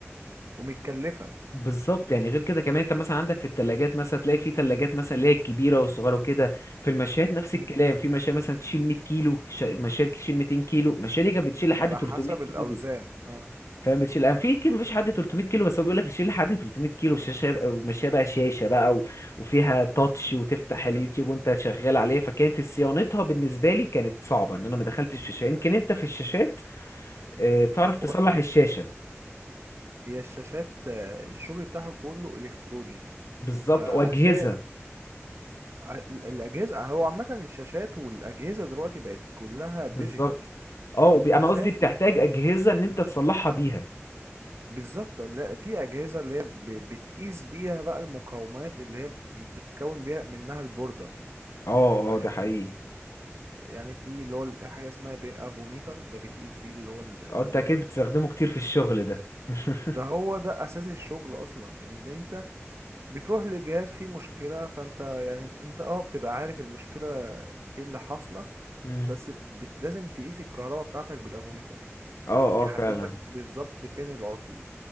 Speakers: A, on the right (about 60°); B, on the left (about 80°).
A: ومتكلفه
B: بالظبط يعني غير كده كمان انت مثلا عندك في التلاجات مثلا تلاقي في تلاجات مثلا اللي هي الكبيرة والصغيرة وكده في المشايات نفس
A: مم.
B: الكلام في مشاية مثلا تشيل 100 كيلو في شا- مشاية تشيل 200 كيلو المشاية دي كانت بتشيل لحد
A: على
B: 300
A: حسب الاوزان
B: كيلو
A: اه
B: فاهم بتشيل انا في كيلو مفيش حد 300 كيلو بس هو بيقول لك بتشيل لحد 300 كيلو شاشه وماشيه بقى شاشه بقى و... وفيها تاتش وتفتح
A: ديجيتال
B: اليوتيوب وانت شغال عليه فكانت صيانتها بالنسبه لي كانت صعبه ان انا ما دخلتش في الشاشه يمكن انت في الشاشات آه، تعرف تصلح
A: هو أش...
B: الشاشه
A: هي الشاشات آه، الشغل بتاعها كله الكتروني
B: بالظبط
A: فعشان
B: واجهزه
A: ا- الاجهزه هو عامه الشاشات والاجهزه دلوقتي بقت كلها
B: بالظبط
A: ديجيتال
B: اه وبي...
A: فانت عشان
B: انا قصدي بتحتاج اجهزه ان انت تصلحها بيها
A: بالظبط لا في اجهزه اللي هي ب- بتقيس بيها بقى المقاومات اللي هي بتتكون بيها منها البورده
B: اه
A: ف
B: اه ده حقيقي
A: يعني في اللي هو حاجه اسمها بي- افوميتر ده بتقيس بيه اللي هو ال-
B: اه
A: البورده
B: انت اكيد بتستخدمه كتير في الشغل ده <laughs>
A: ده هو ده اساس الشغل اصلا يعني اللي انت بتروح للجهاز فيه مشكله فانت يعني انت اه بتبقى عارف المشكله ايه اللي حاصله
B: مم.
A: بس ب... لازم تقيس الكهرباء بتاعتك بالافوميتر
B: اه
A: عشان يحدد
B: اه فعلا
A: لك بالظبط فين العطل